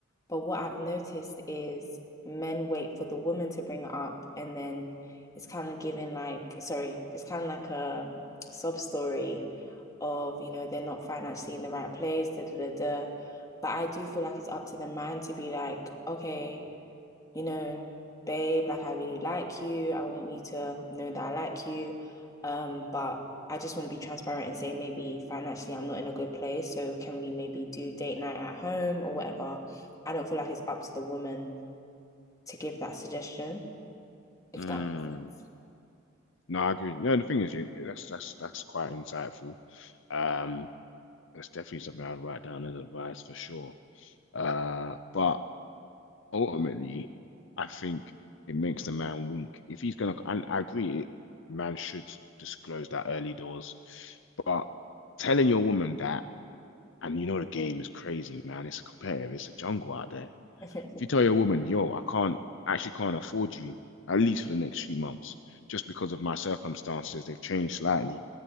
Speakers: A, on the left (about 15°); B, on the left (about 65°).
A: But what I've noticed is men wait for the woman to bring it up, and then it's kind of given like, sorry, it's kind of like a sob story of, you know, they're not financially in the right place, da da da da. But I do feel like it's up to the man to be like, okay, you know, babe, like I really like you. I want you to know that I like you. Um, but I just want to be transparent and say maybe financially I'm not in a good place. So can we maybe do date night at home or whatever? I don't feel like it's up to the woman to give that suggestion, if
B: Hmm.
A: that makes
B: No, I agree. No, the thing is, you, that's that's that's quite insightful. Um, that's definitely something I'd write down as advice for sure. Uh, but ultimately, I think it makes the man weak. If he's gonna, and I agree, man should disclose that early doors. But telling your woman that, and you know the game is crazy, man. It's competitive. It's a jungle out there.
A: sense.
B: If
A: <laughs>
B: you tell your woman, yo, I can't, I actually can't afford you, at least for the next few months, just because of my circumstances, they've changed slightly.